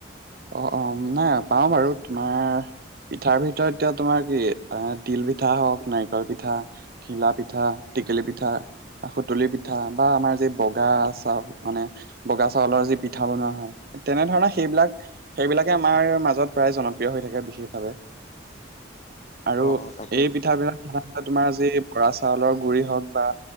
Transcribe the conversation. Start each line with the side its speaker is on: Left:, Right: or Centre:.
Right: অ অ নাই পাও বাৰু তোমাৰ পিঠাৰ ভিতৰত এতিয়া তোমাৰ কি এ তিল পিঠা হওক, নাৰিকল পিঠা ঘিলা পিঠা, টেকেলি পিঠা সুতুলি পিঠা বা আমাৰ যি বগা চাউল মানে বগা চাউলৰ যি পিঠা বনোৱা হয় তেনে ধৰণে সেইবিলাক সেইবিলাকে আমাৰ মাজত প্ৰায় জনপ্ৰিয় হৈ থাকে বিশেষভাৱে। আৰু
Left: অ', অ', তাকে
Right: এই পিঠ- পিঠাবিলাক সাধাৰণতে তোমাৰ যি বৰা চাউলৰ গুড় হওঁক বা